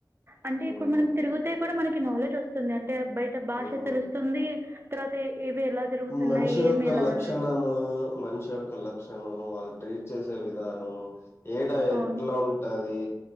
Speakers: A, on the right; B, on the left.
A: అంటే
B: అవును
A: ఇప్పుడు మనం తిరుగితే కూడా మనకి నాలెడ్జ్ వస్తుంది. అంటే బయట భాష
B: అవును
A: తెలుస్తుంది. తర్వాత ఇవి ఎలా జరుగుతున్నాయి,
B: మనిషి యొక్క
A: ఏమి ఎలా
B: లక్షణము
A: ఉన్నాయి.
B: మనిషి యొక్క లక్షణం వాళ్ళు ట్రీట్ చేసే విధానము ఏడా ఎట్లా
A: అవును.
B: ఉంటది